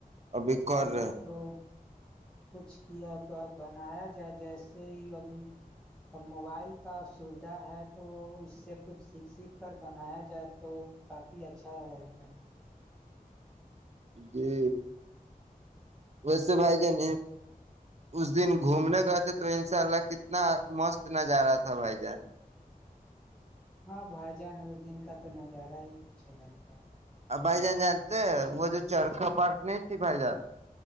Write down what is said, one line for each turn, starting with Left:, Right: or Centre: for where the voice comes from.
Right: ابھی
Centre: بھائی
Right: کر
Centre: جان
Right: رہے
Centre: تو کچھ کیا اب بنایا جائے جیسے ہی ا ا موبائل کا سویدھا ہے تو اس سے کچھ سیکھ سیکھ کر بنایا جائے تو کافی اچھا رہتا ہے
Right: جی ویسے بھائی جان اس دن گھومنے گئے تھے تو ان شاء اللہ کتنا مست نظارا تھا بھائی جان
Centre: ہاں بھائی جان اس دن کا تو نظارہ ہی کچلاگ تھا
Right: آ بائی جان جانتے ہیں وہ جو چرخا پارک نہیں ت بائی جان